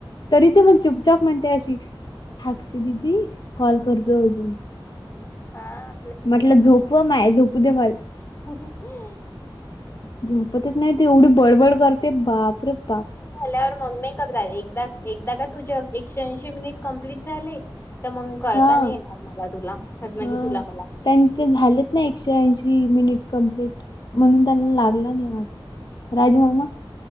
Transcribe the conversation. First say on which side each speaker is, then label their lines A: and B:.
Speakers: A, on the left; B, on the left.
A: तरी ती म्हणे चुपचाप म्हणते अशी साक्षी दिदी कॉल करजो अजून.
B: हां.
A: म्हटलं झोप ओ माय, झोपू दे मल
B: <inaudible>
A: झोपतच नाय ती. एवढी बडबड करते बाप रे बाप!
B: झाल्यावर मग नाही करता येत. एकदा एकदा का तुझे एकश्याऐंशी मिनीट कंप्लीट झाले तर मग करता
A: हा.
B: नाही येणार मला तुला म्हणजे
A: हा
B: तुला मला.
A: त्यांचे झालेत ना, एकशे ऐंशी मिनिट कंप्लीट म्हणून त्यांना लागला नायी आज. राजू मामा